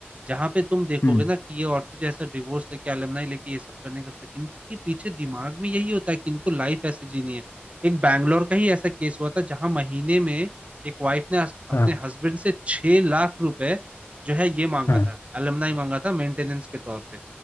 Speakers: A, on the right; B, on the left.
A: जहां पे तुम देखोगे
B: हम्म
A: ना कि ये औरतें जो ऐसा डिवोर्स लेके अलमनाई लेके ये सब करने का सोच- इनके पीछे दिमाग में यही होता है कि इनको लाइफ ऐसे जीनी है एक बैंगलोर का ही ऐसा केस हुआ था जहां महीने में एक वाइफ ने हस- अपने
B: हाँ
A: हस्बैंड से छह लाख रुपए जो है ये मांगा
B: हाँ
A: था अलमनाई मांगा था मेंटेनेंस के तौर पे